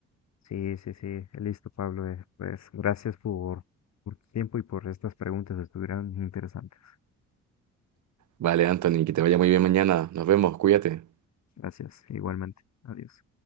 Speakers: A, on the left; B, on the right.
A: Sí, sí, sí, listo, Pablo. eh, Pues gracias por, por tu tiempo y por estas preguntas, estuvieron interesantes.
B: Vale, Anthony, que te vaya muy bien mañana. Nos vemos, cuídate.
A: Gracias, igualmente. Adiós.